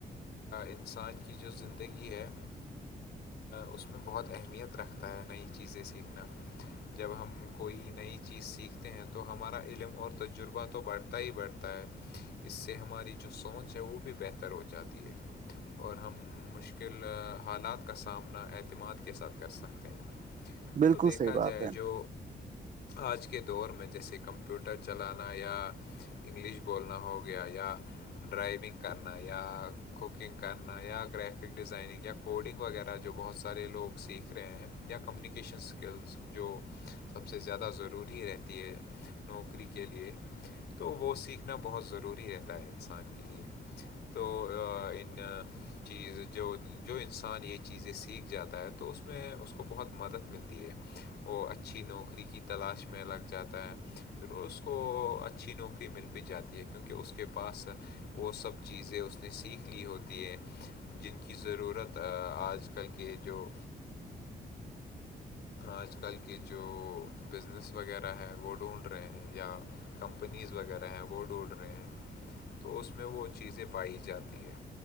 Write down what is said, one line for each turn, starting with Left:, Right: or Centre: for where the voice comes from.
Left: انسان کی جو زندگی ہے اس میں بہت اہمیت رکھتا ہے نئی چیزیں سیکھنا جب ہم کوئی نئی چیز سیکھتے ہیں تو ہمارا علم اور تجربہ تو بڑھتا ہی بڑ ھتا ہے اس سے ہماری جو سونچ ہے وہ بھی بہتر ہو جاتی ہے اور ہم مشکل حالات کا سامنا اعتماد کے ساتھ کر سکتے ہیں
Right: بالکل
Left: تو دیکھا
Right: صحیح بات
Left: جائے
Right: ہے
Left: جو آج کے دور میں جیسے کمپیوٹر ٹر چلانا یا انگلش بولنا ہو گیا یا ڈرائیونگ کرنا یا کوکنگ کرنا یا گریفک ڈیزائننگ یا کوڈنگ وغیرہ جو بہت سارے لوگ سیکھ سیکھ رہے ہیں یا کمیونیکیشن اسکلس جو سب سے زیادہ ضروری رہتی ہے نوکری کے لیے تو وہ سیکھنا بہت ضروری رہتا ہے انسان کے لیے تو ان چیز جو جو انسان یہ چیزیں سیکھ جاتا ہے تو اس میں اس کو بہت مدد ملتی ہے وہ اچھی نوکری کی تلاش میں لگ جاتا ہے پھر اس کو اچھی نوکری مل بھی جاتی ہے کیونکہ اس کے پاس وہ سب چیزیں اس نے سیکھ لی ہوتی ہے جن کی ضرورت آج آج کل کے جو آج کل کے جو بزنس وغیرہ ہے وہ ڈھونڈ رہے ہیں یا کمپنیز وغیرہ ہیں وہ ڈھونڈ رہے ہیں تو اس میں وہ چیزیں پائی جاتی ہیں